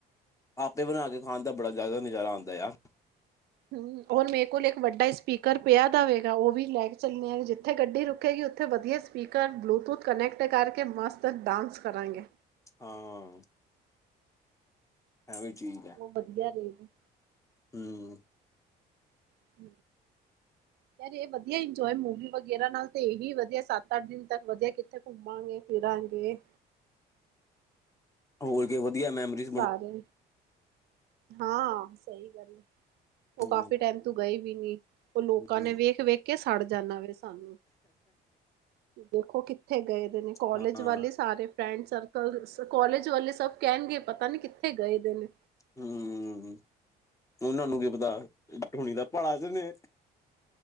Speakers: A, on the left; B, on the right.
A: ਆਪੇ ਬਨਾ ਕੇ ਖਾਨ ਦਾ ਬੜਾ ਜਾਦਾ ਨਜ਼ਾਰਾ ਆਉਂਦਾ ਆ।
B: ਹੂੰ ਔਰ ਮੇਰੇ ਕੋਲ ਇੱਕ ਵੱਡਾ ਸਪੀਕਰ ਪਿਆ ਦਾ ਹੋਵੇਗਾ, ਉ ਵੀ ਲੈ ਕੇ ਚੱਲਨੇ ਜਿੱਥੇ ਗੱਡੀ ਰੁਕੇੇਗੀ ਉੱਥੇ ਵਧੀਆ ਸਪੀਕਰ ਬਲੂਟੂਥ ਕਨੈਕਟ ਕਰਕੇ ਮਸਤ ਡਾਂਸ ਕਰਾਂਗੇ।
A: ਹਾਂ। ਐ ਵੀ ਠੀਕ ਏ।
B: ਉਹ ਵਧੀਆ ਰਹੇਗਾ।
A: ਹੂੰ।
B: <inaudible> ਯਾਰ ਏ ਵਧੀਆ ਇੰਜੋਏ ਮੂਵੀ ਵਗੈਰਾ ਨਾਲ ਤੇ ਏ ਵਧੀਆ ਸੱਤ ਅੱਠ ਦਿਨ ਤੱਕ ਵਧੀਆ ਕਿੱਥੇ ਘੁੰਮਾਂਗੇ ਫਿਰਾਂਗੇ।
A: ਹੋਰ ਕਿ ਵਧੀਆ ਮੈਮਰੀ
B: ਸਾਰੇ ਹਾਂ ਸਈ ਗੱਲ ਏ, ਉ
A: ਹੂੰ
B: ਕਾਫੀ ਟਾਈਮ ਤੋ ਗਏ ਵੀ ਨੀ। ਉਹ ਲੋਕਾਂ
A: ਹੂੰ
B: ਨੇ ਵੇਖ ਵੇਖ ਕੇ ਸੜ ਜਾਂਣਾ ਵੇ ਸਾਨੂੰ। ਦੇਖੋ ਕਿੱਥੇ ਗਏ ਦੇ ਨੇ ਕੌਲਜ
A: ਹਾਂ
B: ਵਾਲੇ ਸਾਰੇ ਫਰੈਂਡ ਸਰਕਲ। ਕੌਲਜ ਵਾਲੇ ਸਭ ਕਹਿਣਗੇ ਪਤਾ ਨੀ ਕਿੱਥੇ ਗਏ ਦੇਣੇ,
A: ਹਮ ਉਹਨਾਂ ਨੂੰ ਕੀ ਪਤਾ ਠੋਣੀ ਦਾ ਪਹਾੜਾਂ ਚੇ ਨੇ।